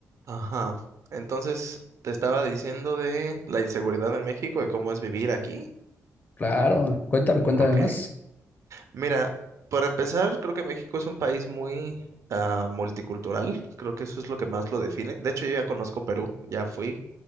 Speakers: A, on the right; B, on the left.
A: Ajá. Entonces, te estaba diciendo de la inseguridad en México y cómo es vivir aquí.
B: Claro, cuéntame, cuéntame
A: Ok.
B: más.
A: Mira, para empezar, creo que México es un país muy ah, multicultural. Creo que eso es lo que más lo define. De hecho, yo ya conozco Perú, ya fui.